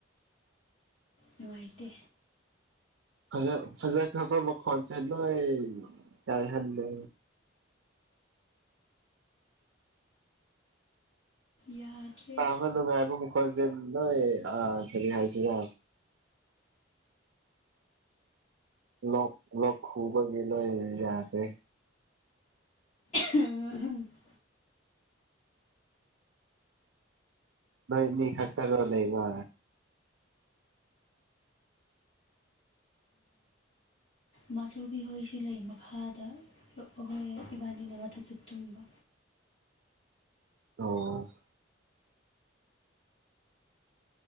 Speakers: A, on the left; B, on the right.
A: ꯅꯨꯡꯉꯥꯏꯇꯦ
B: ꯐꯖ ꯐꯖꯈ꯭ꯔꯕ ꯃꯈꯣꯟꯁꯦ ꯂꯣꯏ ꯀꯥꯏꯍꯜꯂꯦ
A: ꯌꯥꯗ꯭ꯔꯤ
B: ꯇꯥꯕ ꯅꯨꯡꯉꯥꯏꯕ ꯃꯈꯜꯁꯦ ꯂꯣꯏ ꯑ ꯀꯔꯤ ꯍꯥꯏꯁꯤꯔ ꯂꯣꯛ ꯂꯣꯛ ꯈꯨꯕꯒꯤ ꯅꯣꯢ ꯌꯥꯗ꯭ꯔꯦ
A: <unintelligible>
B: ꯅꯣꯏꯅꯤ ꯈꯛꯇꯔꯣ ꯂꯩꯕ <inaudible>
A: ꯃꯥꯆꯨꯕꯤꯍꯣꯏꯁꯨ ꯂꯩ ꯃꯈꯥꯗ ꯑꯈꯣꯢꯏ ꯏꯕꯥꯅꯤꯅ ꯃꯊꯛꯇ ꯇꯨꯝꯕ
B: ꯑꯣ <inaudible>